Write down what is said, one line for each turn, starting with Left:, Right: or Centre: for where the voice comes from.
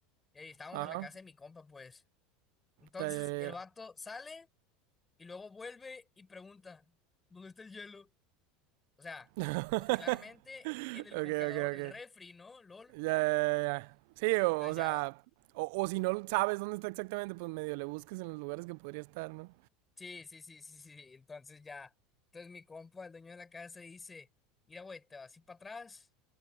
Left: y ahí estábamos
Right: Ajá.
Left: en la casa de mi compa, pues. Entonces,
Right: Ya, ya,
Left: el
Right: ya.
Left: vato sale y luego vuelve y pregunta, ¿dónde está el hielo? O sea,
Right: ya. <laughs>
Left: pues claramente en el congelador
Right: Ok, ok,
Left: del
Right: ok.
Left: refri, ¿no? LOL.
Right: Ya, ya, ya. Sí, o,
Left: Entonces
Right: o sea,
Left: ya
Right: o, o si no sabes dónde está exactamente, pues medio le busques en los lugares que podría estar, ¿no?
Left: Sí, sí, sí, sí, sí. sí. Entonces ya, entonces mi compa, el dueño de la casa, dice, mira, güey, te vas así para atrás.